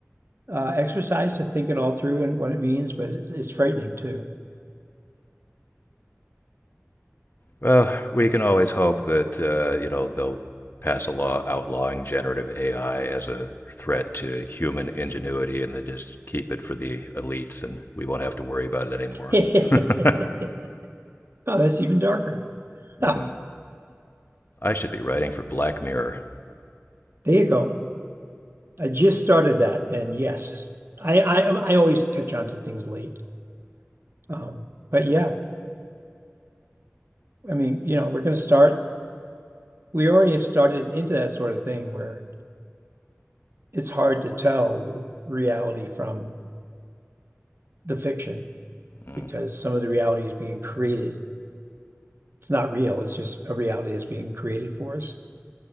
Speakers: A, on the right (about 55°); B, on the left (about 50°).
A: uh, exercise to think it all through and what it means, but it's, it's frightening too.
B: Well, we can always hope that uh, you know they'll pass a law outlawing generative AI as a threat to human ingenuity, and they just keep it for the elites, and we won't have to worry about it anymore.
A: <laughs>
B: <laughs>
A: Oh, that's even darker.
B: Mm.
A: Ah,
B: I should be writing for Black Mirror.
A: there you go. I just started that, and yes, I I, um, I always catch on to things late. Um, but yeah, I mean, you know, we're going to start. We already have started into that sort of thing where it's hard to tell reality from the fiction.
B: Mm.
A: because some of the reality is being created. It's not real, it's just a reality that's being created for us.